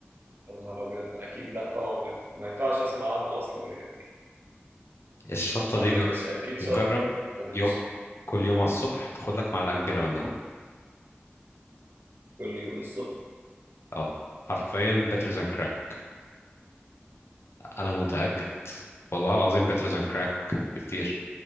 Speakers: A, on the right; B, on the left.
A: يا نهار ابيض اكيد لا طبعا ما ينف- ما ينفعش اسمع عنه اصلا يعني
B: الشطة
A: انا
B: دي جر...
A: مش اكل
B: جرب
A: شط انا مش
B: يوم كل يوم على الصبح تاخد لك معلقة كبيرة منها
A: كل يوم الصبح
B: اه حرفيا better than crack انا متأكد
A: ايه ده
B: والله العظيم better than crack بكتير